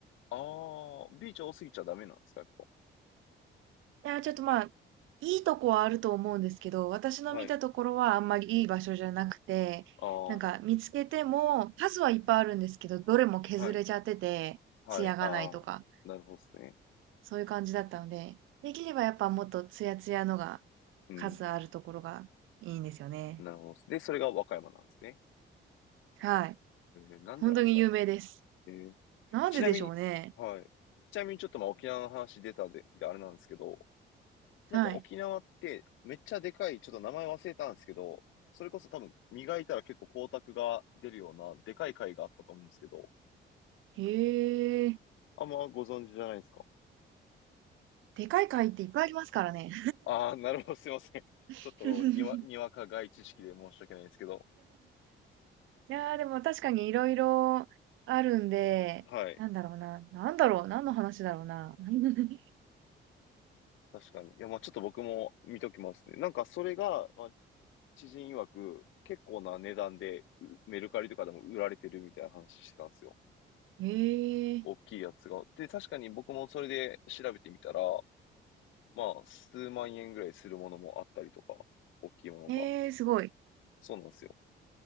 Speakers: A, on the left (about 80°); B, on the right (about 80°).
A: ああ、ビーチ多すぎちゃダメなんですかやっ
B: いや、ちょっとまあ、いいとこはあると思うんですけど、私の見たところはあんまりいい場所じゃなくて、
A: ぱ。はい。ああ、
B: なんか見つけても数はいっぱいあるんですけど、どれも削れちゃってて、
A: はい、はい、
B: 艶がないとか、
A: ああ、なるほどですね。
B: そういう感じだったので、できればやっぱもっとツヤツヤのが
A: うん、
B: 数あるところがいいんですよね。
A: なるほどです。で、それが和歌山なんですね。
B: はい。
A: えーなんでなんですか
B: 本当に有名です。
A: えー
B: なんででしょうね。
A: ちなみに、はい。ちなみにちょっとまあ沖縄の話出たで、であれなんですけど、なんか沖縄ってめっちゃでかい、
B: はい。
A: ちょっと名前忘れたんですけど、それこそ多分磨いたら結構光沢が出るようなでかい貝があったと思うんですけど、
B: へえ。
A: あんまご存知じゃないですか。
B: でかい貝っていっぱいありますからね。
A: ああ、<laughs> なるほど、すいません。<laughs>
B: <laughs>
A: ちょっとにわ、にわか外知識で申し訳ないんですけど、
B: いやーでも確かにいろいろあるんで、
A: はい。
B: なんだろうな。なんだろう。何の話だろうな。<laughs>
A: 確かに。いや、まあちょっと僕も見ときますね。なんかそれが、まあ、知人曰く結構な値段でうメルカリとかでも売られてるみたいな話してたんですよ。
B: へえ。
A: 大きいやつが。で、確かに僕もそれで調べてみたら、まあ、数万円ぐらいするものもあったりとか、大きいものが。
B: えー、すごい。
A: そうなんですよ。